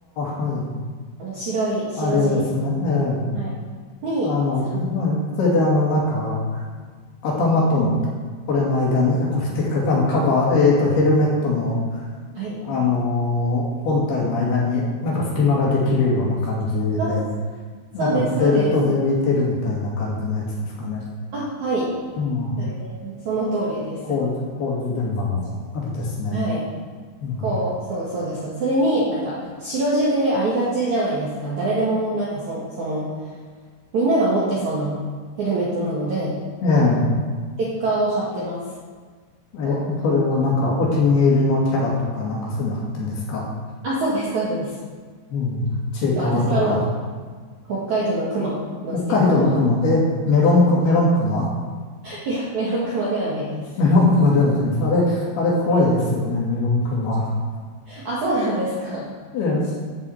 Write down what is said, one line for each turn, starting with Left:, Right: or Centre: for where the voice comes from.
Left: はい。
Right: あの、白い、白地、
Left: あれですね。ええ。
Right: はい。に、
Left: あの、う
Right: あの、
Left: んそれであの、なんか、頭と、これの間に、これってか、あの、カバー、えっと、ヘルメットの、
Right: はい。
Left: あのー本体の間に、なんか隙間ができるような感じで、
Right: そう、そうです、
Left: なんかベルトで浮いてるみたいな感じのやつですかね。
Right: そうです。あ、はい。
Left: うん。
Right: うんその通りです。
Left: 工事、工事現場の、あれですね。
Right: はい。
Left: うん。
Right: こう、そうそうです。そうですそれになんか白地でありがちじゃないですか。誰でもなんかそ、その、みんなが持ってそうなヘルメットなので、
Left: ええ。
Right: あの、ステッカーを貼ってます。
Left: え、
Right: こう。
Left: それはなんかお気に入りのキャラとか、なんかそういうの貼ってんですか
Right: あ、そうです、そうです。
Left: うん。ちいかわとか、
Right: 私はあの、北海道のクマのステッカーを貼って、
Left: 北海道の熊、え、メロンク、メロン熊
Right: いや、メロンクマではないです。
Left: メロンクマではないです。あれ、あれ怖いですよね、
Right: 違い
Left: メロンクマ。
Right: あ、そうなんですか。
Left: ええ、い